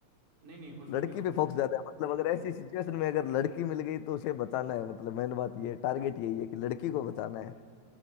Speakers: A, on the right; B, on the left.
A: नहीं नहीं उसमें
B: लड़की
A: क्या होता
B: पे फोकस
A: है
B: ज्यादा है मतलब अगर ऐसी सिचुएशन में अगर लड़की मिल गई तो उसे बचाना है मतलब मेन बात ये टारगेट यही है कि लड़की को बचाना है